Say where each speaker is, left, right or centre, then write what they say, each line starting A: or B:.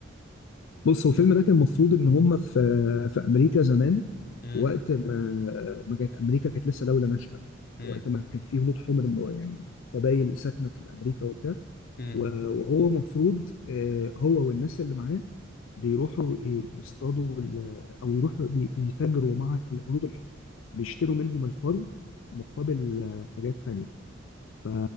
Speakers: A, on the left; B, on the left.
A: بص هو الفيلم ده كان المفروض ان هم في في امريكا زمان
B: امم
A: وقت ما ما كانت امريكا كانت لسه دوله ناشئه
B: امم
A: وقت ما كان في هنود حمر م- يعني قبائل ساكنه في امريكا وبتاع
B: امم
A: و- وهو مفروض آه، هو والناس اللي معاه بيروحوا ي- يصطادوا ال- او يروحوا بي- بيتاجروا مع الهنود الحمر بيشتروا منهم الفرو مقابل آه، حاجات تانية ف-